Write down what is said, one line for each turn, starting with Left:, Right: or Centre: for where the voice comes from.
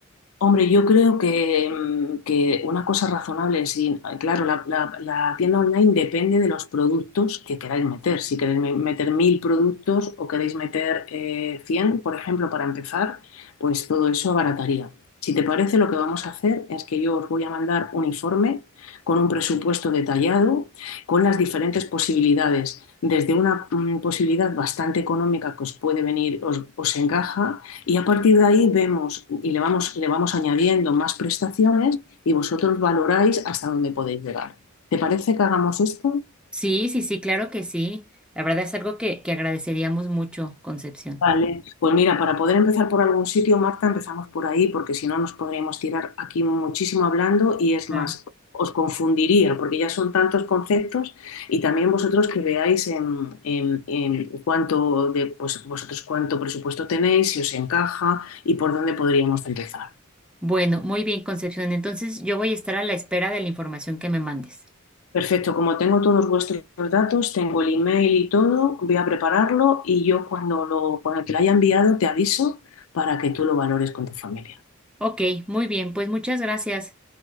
Left: Hombre, yo creo que, mm, que una cosa razonable, sí, claro, la, la- la tienda online depende de los productos que queráis meter. Si queréis me- meter mil productos o queréis meter eh, cien, por ejemplo, para empezar, pues todo eso abarataría. Si te parece, lo que vamos a hacer es que yo os voy a mandar un informe con un presupuesto detallado, con las diferentes posibilidades, desde una mm, posibilidad bastante económica que os puede venir, os os encaja y a partir de ahí vemos y le vamos, le vamos añadiendo más prestaciones y vosotros valoráis hasta dónde podéis llegar. ¿Te parece que hagamos esto?
Centre: Sí, sí, sí, claro que sí. La verdad es algo que, que agradeceríamos mucho, Concepción.
Left: Vale. Pues mira, para poder empezar por algún sitio, Marta, empezamos por ahí, porque si no nos podríamos tirar aquí muchísimo hablando y es
Centre: Claro.
Left: más, os confundiría, porque ya son tantos conceptos y también vosotros que veáis en, en- en cuánto de, pues, vosotros cuánto presupuesto tenéis, si os encaja y por dónde podríamos empezar.
Centre: Bueno, muy bien, Concepción. Entonces yo voy a estar a la espera de la información que me mandes.
Left: Perfecto, como tengo todos vuestros datos, tengo el email y todo, voy a prepararlo y yo cuando lo, cuando te lo haya enviado te aviso para que tú lo valores con tu familia.
Centre: Ok, muy bien, pues muchas gracias.